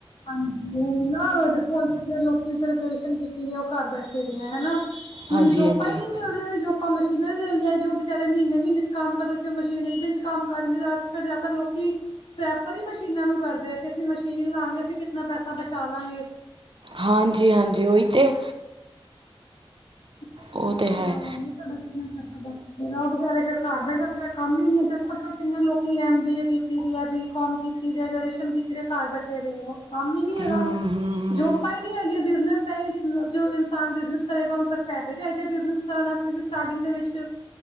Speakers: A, on the left; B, on the right.
A: ਹਾਂਜੀ ਨਾ ਦੇਖੋ ਹੁਣ ਕਿਤੇ ਲੋਕੀ ਗਰੈਜੂਏਸ਼ਨ ਕੀਤੀ ਦੀ ਆ ਉਹ ਘਰ ਬੈਠੇ ਆ ਆ ਹੈਨਾ ਹੁਣ
B: ਹਾਂਜੀ
A: ਜੋਬਾਂ
B: ਹਾਂਜੀ
A: ਹੀ ਨੀ ਲੈ ਲਿਆ ਜੋਬਾਂ ਮਸ਼ੀਨਾਂ ਲੈ ਲਿਆਏ ਜੋ ਬਚਾਰੇ ਮਹੀਨੇ - ਮਹੀਨੇ ਚ ਕੰਮ ਕਰਦੇ ਸੀ ਉਹ ਮਸ਼ੀਨ ਇੱਕ ਦਿਨ ਚ ਕੰਮ ਕਰ ਜਿਆਦਾਤਰ ਲੋਕੀ ਪ੍ਰੈਫਰ ਹੀ ਮਸ਼ੀਨਾਂ ਨੂੰ ਕਰਦੇ ਆ ਅਸੀਂ ਮਸ਼ੀਨ ਲਾਂਗੇ, ਅਸੀਂ ਕਿਤਨਾ ਪੈਸਾ ਬਚਾ ਲਾਂਗੇ।
B: ਹਾਂਜੀ-ਹਾਂਜੀ, ਓਹੀ ਤੇ।
A: <unintelligible>
B: ਉਹ ਤੇ
A: ਤਹਾਡਾ
B: ਹੈ
A: ਕਿੰਨਾ ਉਹ ਬਚਾਰੇ ਫਿਰ ਘਰ ਬਹਿ ਜਾਂਨਗੇ, ਕੰਮ ਹੀ ਨੀ ਦੇਖੋ ਕਿੰਨੇ ਲੋਕੀ ਐਮ ਬੀ ਏ ਕੀਤੀ ਦੀ ਬੀਕੌਮ ਕੀ ਗਸ਼ਨ, ਕੀਸੇ ਦੇ ਘਰ ਬੈਠੇ ਦੇ ਆਵੋ। ਕੰਮ ਹੀ ਨੀ ਹੈਗਾ,
B: ਹੂੰ ਹੂੰ
A: ਜੋਪਾ ਹੀ ਨੀ ਹੈਗੀਆਂ, ਬਿਜਨਸ ਜੋ ਇਨਸਾਨ ਬਿਜਨਸ ਕਰੇਗਾ, ਉਹਨੂੰ ਫੇਰ ਪੈਸੇ ਚਾਹੀਦੇ ਬਿਜਨਸ ਕਰਨ ਵਾਸਤੇ ਵੀ ਸਟਾਰਟਿੰਗ ਦੇ ਵਿੱਚ।